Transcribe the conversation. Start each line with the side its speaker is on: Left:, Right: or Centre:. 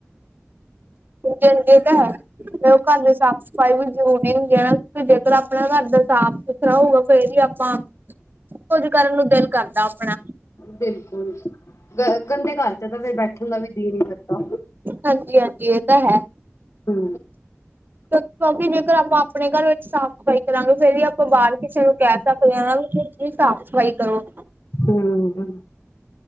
Right: ਦੀ ਤਾਂ ਹੈ, ਮੈਂ ਉਹ ਘਰ ਦੀ ਸਾਫ਼-ਸਫ਼ਾਈ ਵੀ ਨ ਹੁੰਦੀ ਨਾ, ਵੀ ਜੇਕਰ ਆਪਣਾ ਘਰ ਦਾ ਸਾਫ਼-ਸੁਥਰਾ ਹੋਊਗਾ ਫੇਰ ਈ ਆਪਾਂ ਕੁ ਕਰਨ ਨੂੰ ਦਿਲ ਕਰਦਾ ਆਪਣਾ।
Left: ਬਿਲਕੁਲ, ਗ ਗੰਦੇ ਘਰ'ਚ ਤਾਂ ਫਿਰ ਬੈਠਣ ਦਾ ਵੀ ਜੀ ਨੀ ਕਰਦਾ।
Right: ਹਾਂਜੀ-ਹਾਂਜੀ, ਇਹ ਤਾ ਹੈ।
Left: ਹੂੰ
Right: ਕਿਉਂਕਿ ਜੇਕਰ ਆਪਾਂ ਆਪਣੇ ਘਰ ਵਿੱਚ ਸਾਫ਼-ਸਫ਼ਾਈ ਕਰਾਂਗੇ, ਫਿਰ ਈ ਆਪਾਂ ਬਾਹਰ ਕਿਸੇ ਨੂੰ ਕਹਿ ਰਖਦੇ ਆ ਨਾ ਵੀ ਤੁਸੀ ਸਾਫ਼-ਸਫ਼ਾਈ ਕਰੋ।
Left: ਹੂੰ-ਹੂੰ